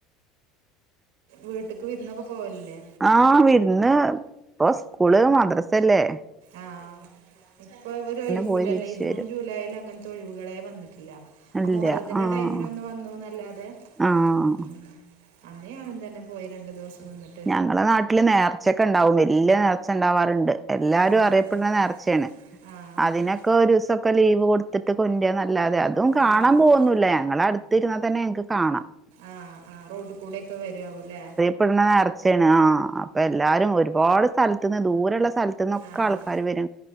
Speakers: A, on the right (about 80°); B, on the right (about 15°).
A: വീട്ടേക്ക് വിരുന്നൊക്കെ പോവലല്ലേ
B: ആഹ് വിരുന്ന് ഇപ്പൊ സ്കൂള് മദ്രസ അല്ലേ
A: ആഹ ഇപ്പൊ ഒരു ഒഴിവൂില്ല
B: പോയി തിരിച്ച്
A: അല്ലെ ജൂൺ
B: വരും
A: ജൂലൈൽ അങ്ങനത്തെ ഒഴിവുകളെ വന്നിട്ടില്ല ആ
B: ഇല്ല
A: മുഹറത്തിന്റെ
B: ആഹ്
A: ടൈമിനൊന്ന വന്നുന്നല്ലാതെ
B: ആഹ്
A: ഉ അന്നേ ആണും തന്നെ പോയി രണ്ടണ്ട് ദിവസം നിന്നിട്ട്
B: ഞങ്ങളെ നാട്ടില് നേർച്ചൊക്കെ ഉണ്ടാവും വലിയ നേർച്ച ഉണ്ടാവാറുണ്ട് എല്ലാരും
A: ആഹ്
B: അറിയപ്പെടുന്ന
A: ആഹ്
B: നേർച്ചയാണ്
A: ആഹ്
B: അതിനൊക്കെ ഒരു ഒക്കെ ലീവ് കൊടുത്തിട്ട് കൊന്യാ നല്ലാതെ അതും കാണാൻ
A: ആഹ്
B: പോകന്നില്ല ഞങ്ങളെ അടുത്ത് ഇരുന്നാൽ തന്നെ ങ്ങക്ക് കാണാം <unintelligible>
A: ആഹ് ആ് റോഡ് കൂടെൊക്കെ വരവൂല്ലേ
B: ഇടുന്ന നേർച്ചയാണ് ആ അപ്പൊ എല്ലാവരും ഒരുപാട് സ്ഥലത്തു നിന്ന് ദൂരള്ള സ്ഥലത്തു നിന്നൊക്കെ
A: ആഹ്
B: ആൾക്കാർ വര